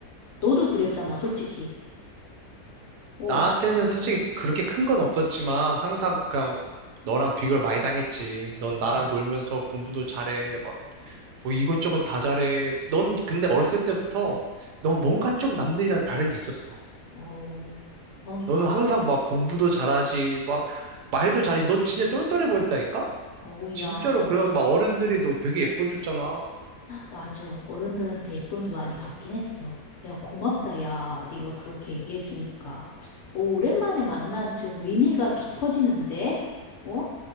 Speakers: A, on the left; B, on the right.
A: 너도 그랬잖아,
B: 아,
A: 솔직히.
B: 그래.
A: 어,
B: 나한테는 솔직히 그렇게 큰 건 없었지만 항상 그냥 너랑 비교를 많이 당했지. 넌 나랑
A: 아,
B: 놀면서 공부도 잘해. 뭐, 뭐 이것저것 다 잘해. 넌 근데 어렸을 때부터 넌 뭔가 좀 남들이랑 다른 게 있었어.
A: 어, 어,
B: 너는
A: 야,
B: 항상 막 공부도 잘하지, 막 말도 잘하지. 너 진짜 똘똘해 보였다니까?
A: 어,
B: 진짜로.
A: 야.
B: 그래, 막 어른들이 너 되게 예뻐해줬잖아.
A: 맞아. 어른들한테 예쁨도 많이 받긴 했어. 야, 고맙다, 야. 네가 그렇게 얘기해 주니까. 오, 오랜만에 만난 좀 의미가 깊어지는데? 어?